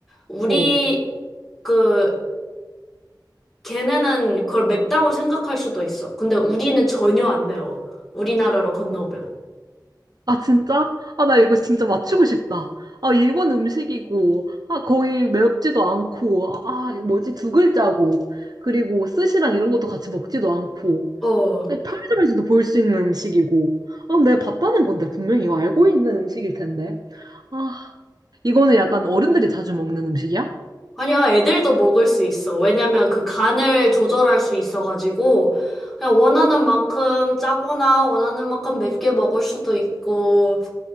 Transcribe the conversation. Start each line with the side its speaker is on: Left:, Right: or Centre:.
Centre: 우리,
Right: 어.
Centre: 그 걔네는 그걸 맵다고 생각할 수도 있어. 근데 우리는 전혀 안 매워. 우리나라로 건너오면.
Right: 아, 진짜? 아, 나 이거 진짜 맞추고 싶다. 아, 일본 음식이고, 아, 거의 매럽지도 않고, 아, 뭐지? 두 글자고, 그리고 스시랑 이런 것도 같이 먹지도 않고.
Centre: 어.
Right: 아니, 편의점에서도 볼 수 있는 음식이고. 아, 내가 봤다는 건데, 분명히 이거 알고 있는 음식일 텐데. 아, 이거는 약간 어른들이 자주 먹는 음식이야?
Centre: 아니야, 애들도 먹을 수 있어. 왜냐면 그 간을 조절할 수 있어가지고, 그냥 원하는 만큼 짜거나 원하는 만큼 맵게 먹을 수도 있고,